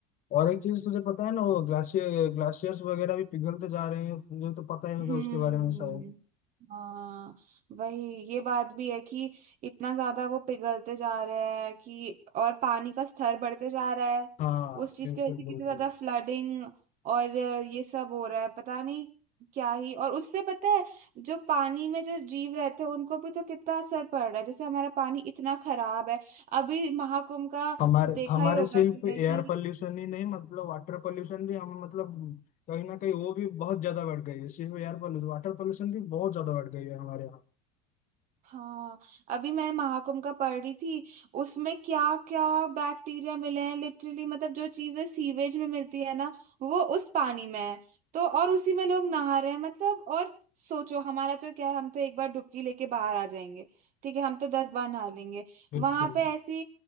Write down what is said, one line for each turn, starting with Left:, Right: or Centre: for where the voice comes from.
Left: और एक चीज तुझे पता है ना वो ग्लाशियर ग्लाशियर्स वगैरह भी पिघलते जा रहे हैं तुझे तो पता ही होगा
Right: हम्म
Left: उसके बारे में शायद
Right: हाँ वही ये बात भी है कि इतना ज्यादा वो पिघलते जा रहे हैं कि और पानी का स्तर बढ़ते जा रहा है
Left: हाँ
Right: उस चीज
Left: बिल्कुल
Right: की वजह से कितनी
Left: बिल्कुल
Right: ज्यादा फ्लडिंग और ये सब हो रहा है पता नहीं क्या ही और उससे पता है जो पानी में जो जीव रहते हैं उनको भी तो कितना असर पड़ रहा है जैसे हमारा पानी इतना खराब है अभी महाकुंभ का
Left: हमारे
Right: देखा
Left: हमारे
Right: ही होगा
Left: सिर्फ
Right: तूने
Left: एयर
Right: कि
Left: पोल्यूशन ही नहीं मतलब वाटर पोल्यूशन भी हम मतलब कहीं ना कहीं वो भी बहुत ज्यादा बढ़ गई है सिर्फ एयर पोल्यूशन वाटर पोल्यूशन भी बहुत ज्यादा बढ़ गई है हमारे यहाँ
Right: हाँ अभी मैं महाकुंभ का पढ़ रही थी उसमें क्या क्या बैक्टीरिया मिले हैं लिटरली मतलब जो चीजें सीवेज में मिलती है ना वो उस पानी में है तो और उसी में लोग नहा रहे हैं मतलब और सोचो हमारा तो क्या है हम तो एक बार डुबकी लेके बाहर आ जाएंगे ठीक है हम तो दस बार नहा लेंगे
Left: बिल्कुल
Right: वहां पे ऐसे